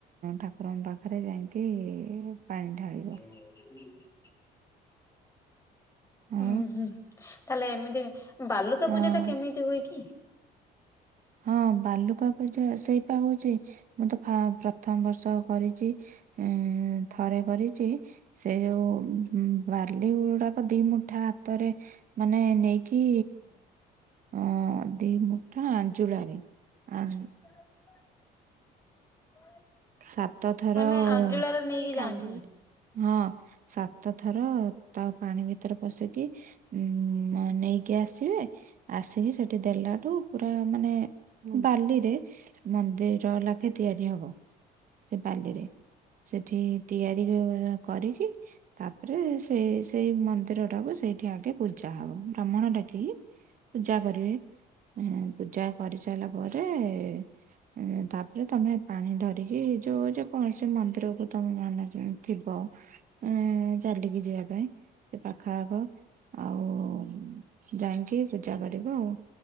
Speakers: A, on the right; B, on the left.
A: ଠାକୁରଙ୍କ ପାଖରେ ଯାଇକି ପାଣି ଢାଳିବ।
B: ହ ହୁଁ
A: ଆଉ
B: ହୁଁ ହୁଁ ତାହେଲେ ଏମିତି ବାଲୁକା
A: ହଁ।
B: ପୂଜା ଟା କେମିତି ହୁଏ କି?
A: ହଁ ବାଲୁକା ପୂଜା ସେଇପା ହୋଉଚି ମୁଁ ତ ପ୍ରଥମ ବର୍ଷ କରିଚି ଉ ଥରେ କରିଚି ସେ ଯୋଉ ବା ଖାଲି ଗ ଗୁଡାକ ଦି ମୁଠା ହାତରେ ମାନେ ନେଇକି ଅଁ ଦି ମୁଠା ଆଞ୍ଜୁଳାରେ ଆ
B: <unintelligible>
A: ସାତଥର
B: ମାନେ
A: <unintelligible>
B: ଅଞ୍ଜୁଳାରେ ନେଇକି ଯାଆନ୍ତି।
A: ହଁ। ସାତ ଥର ତାଉ ପାଣି ଭିତରେ ପଶିକି ଉଁ ନେଇକି ଆସିବେ ଆସିକି ସେଠି ଦେଲାଠୁ ପୁରା ମାନେ ବାଲିରେ ମନ୍ଦିର ଲାଖେ ତିଆରି ହବ। ସେ ବାଲିରେ ସେଠି ତିଆରି କରିକି ତାପରେ ସେଇ ସେଇ ମନ୍ଦିର ଟାକୁ ସେଇଠି ଆଗେ ପୂଜା ହବ ବ୍ରାହ୍ମଣଟାକି। ପୂଜା କରିବେ। ଏହେଁ, ପୂଜା କରି ସାରିଲା ପରେ ଏଁ, ତାପରେ ତୋମେ ପାଣି ଧର ଟିକି ଯୋଉ ଯେ କୌଣସି ମନ୍ଦିରକୁ ତୋମ ମାନସିକ ଥିବ। ଏଁ, ଚାଲିକି ଯିବା ପାଇଁ ସେ ପାଖ ଆଖ। ଆଉ ଯାଇଁକି ପୂ ଜା କରିବ ଆଉ।